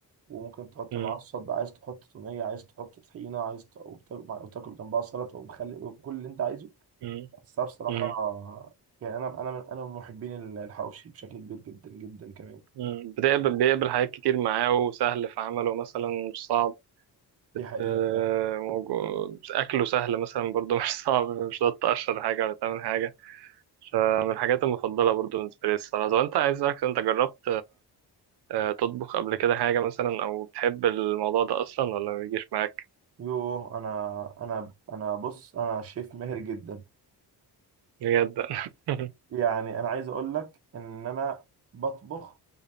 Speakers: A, on the right (about 35°); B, on the right (about 80°).
A: وممكن تحط
B: مم.
A: معاها الصوص بقى عايز تحط توميه عايز تحط طحينه عايز ت... وبتا- وتاكل جنبها سلطه ومخلل وكل اللي انت عايزه
B: مم.
A: بس أنا بصراحة
B: مم.
A: يعني أنا أنا من أنا من محبين الحواوشي بشكل كبير جدا جدا كمان
B: مم. بتقبل بيقبل حاجات كتير معاه وسهل في عمله مثلا مش صعب
A: دي حقيقة
B: آه،
A: فعلا
B: موجو- أكله سهل مثلا برضو <laughs> مش صعب مش هتقعد تقشر حاجة ولا تعمل حاجة فمن الحاجات المفضلة برضو بالنسبة لي الصراحة طب أنت عايز أسألك أنت جربت آه، تطبخ قبل كده حاجة مثلا أو بتحب الموضوع ده أصلا ولا ما بيجيش معاك
A: يوه أنا أنا أنا بص أنا شيف ماهر جدا
B: بجد <laughs>
A: يعني أنا عايز أقول لك إن أنا بطبخ